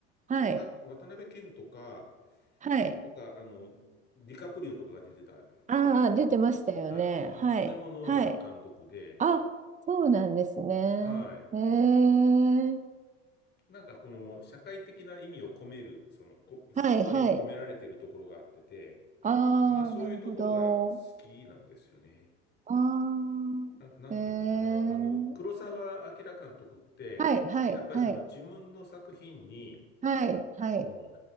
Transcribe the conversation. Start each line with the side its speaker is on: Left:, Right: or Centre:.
Right: はい、
Left: これた、渡辺謙とか、
Right: はい。
Left: とか、あの、ディカプリオとかが出てた映
Right: ああ、出てましたよね。
Left: 画。あ、いそれもノーラン監督で、
Right: はい、はい。あ、そうなんですね。
Left: はい。
Right: えー、
Left: なんかこの社会的な意味を込める、その、こストーリーに込められているところがあってて、
Right: はいはい。ああ、
Left: まあそういうところが好きなんですよね。
Right: なるほど。あ
Left: なん、なんていうのかな、
Right: あ、えー、
Left: あの、黒澤明監督って、
Right: はいはいはい。
Left: やっぱりその自分の作品に、
Right: はいはい。
Left: その